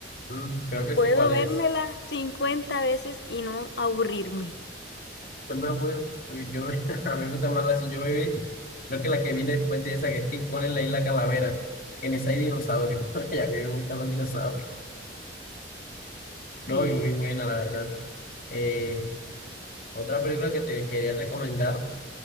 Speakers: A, on the left; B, on the left.
A: Mm, creo que
B: Puedo
A: sé cuál
B: vérmela
A: es.
B: 50 veces y no aburrirme.
A: Yo me voy, <laughs> uy, yo me- <laughs> a mí me gusta más la, serie. yo me vi, creo que la que vi después de esa que es que ponen la isla Calavera, en esa hay dinosaurios, <laughs> y a mí me gustan los dinosaurios, no,
B: Sí.
A: y muy buena la verdad. Eh, otra película que te quería recomendar,